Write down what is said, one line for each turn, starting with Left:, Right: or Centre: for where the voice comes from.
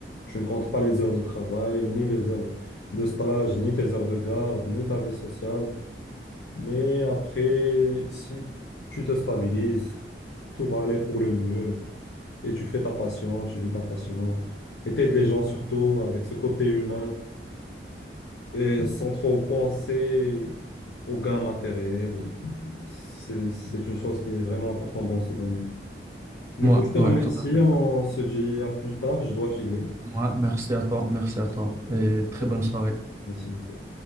Left: tu ne comptes pas les heures de travail, ni les heures de stage, ni tes heures de garde, ni ta vie sociale. Mais après, si tu te stabilises, tout va aller pour le mieux. Et tu fais ta passion, tu vis ta passion. Et t'aides les gens surtout avec ce côté humain et sans trop penser aux gains matériels. C'est, c'est une chose qui est vraiment importante dans ce domaine. Du
Right: Ouais,
Left: coup, je te
Right: ouais,
Left: remercie.
Right: tout à fait.
Left: On se dit à plus tard. Je dois filer.
Right: Ouais, merci à toi, merci
Left: Merci
Right: à toi
Left: beaucoup.
Right: et
Left: On
Right: très
Left: se retrouve.
Right: bonne soirée.
Left: Merci beaucoup.